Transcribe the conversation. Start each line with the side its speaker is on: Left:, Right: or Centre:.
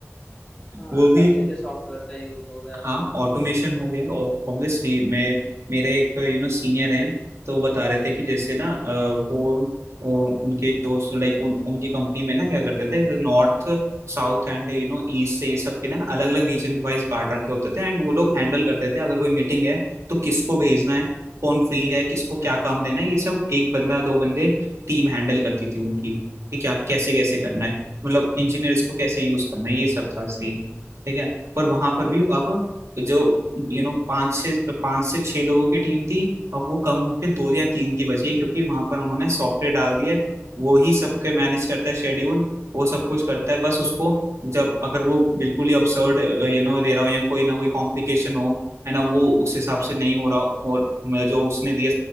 Left: हाँ
Right: वो भी
Left: हर जगह सॉफ्टवेयर का यूज हो रहा है आजकल
Right: हाँ ऑटोमेशन हो गया ऑब्वियसली मैं मेरे एक यू नो सीनियर हैं तो वो बता रहे थे कि जैसे ना अ, वो, वो उनके एक दोस्त लाइक उन, उनकी कंपनी में ना क्या करते थे जैसे north south and you know east से ये सब के ना अलग अलग रीजन वाइज बांट रखे होते थे एंड वो लोग हैंडल करते थे अगर कोई मीटिंग है तो किसको भेजना है कौन फ्री है किसको क्या काम देना है ये सब एक बंदा दो बंदे टीम हैंडल करती थी उनकी कि क्या कैसे कैसे करना है मतलब इंजीनियर्स को कैसे यूज करना है ये सब था सीन ठीक है पर वहां पर भी अब तो जो यू नो पांच से पांच से छह लोगों की टीम थी और वो कम होकर दो या तीन की बची है क्योंकि वहां पर उन्होंने सॉफ्टवेयर डाल दिया है वो ही सबके मैनेज करता है शेड्यूल वो सब कुछ करता है बस उसको जब अगर वो बिल्कुल ही अपसर्ड यू नो दे रहा हो या कोई ना कोई कॉम्प्लिकेशन हो है ना वो उस हिसाब से नहीं हो रहा हो और म, जो उसने दिया